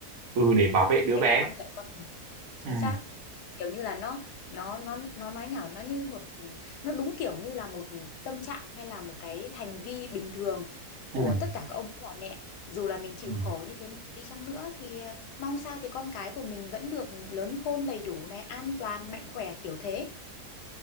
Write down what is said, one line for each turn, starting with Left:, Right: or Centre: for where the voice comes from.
Right: ừ để bảo vệ đứa
Left: để
Right: bé
Left: mà bảo vệ con mình Chính
Right: ừ
Left: xác. kiểu như là nó nó nó nó nói nhảm nó như một ừ, nó đúng kiểu như là một tâm trạng hay là một cái hành vi bình thường của
Right: ừ
Left: tất cả các ông bà mẹ dù là mình chịu
Right: ừ
Left: khổ như thế nào đi chăng nữa thì ờ, mong sao thì con cái của mình vẫn được lớn khôn đầy đủ này an toàn mạnh khỏe kiểu thế